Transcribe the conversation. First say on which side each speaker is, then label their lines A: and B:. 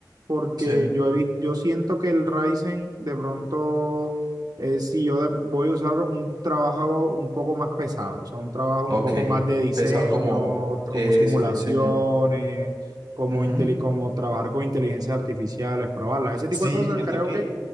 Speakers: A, on the right; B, on the right.
A: porque
B: Sí,
A: yo, he vis- yo siento que el Ryzen de pronto, eh, si yo de- voy a usar un trabajo un poco más pesado, o sea, un trabajo un
B: ok.
A: poco más de diseño,
B: Pesado como eso,
A: como simulaciones
B: diseño.
A: como,
B: Ujú.
A: inteli- como trabajar con inteligencias artificiales, probarlas, ese tipo
B: Sí,
A: de cosas,
B: cierto
A: creo que,